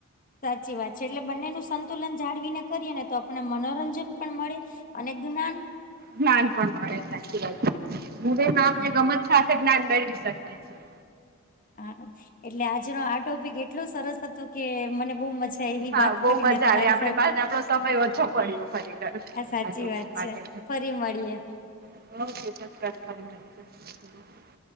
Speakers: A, on the left; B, on the right.
A: સાચી વાત છે એટલે બંનેનું સંતુલન જાળવીને કરીએ ને તો આપને મનોરંજન પણ મળે અનેક દના
B: જ્ઞાન પણ મળે સાચી વાત હું મા આપને
A: હા
B: ગમત સાથે જ્ઞાન મેળવી શકીએ છીએ
A: હા એટલે આજનો આ ટોપિક એટલો સરસ હતો કે મને બહુ મજા તે એવી
B: હા
A: વાત
B: બહુ
A: કરીને
B: મજા
A: તમારી
B: આવે આપડે
A: સાથે
B: બસ આપડો સમય ઓછો પડ્યો ખરેખર
A: આ સાચી
B: ટોપિક
A: વાત
B: માટે
A: છે ફરી મળીએે
B: ઓકે <inaudible>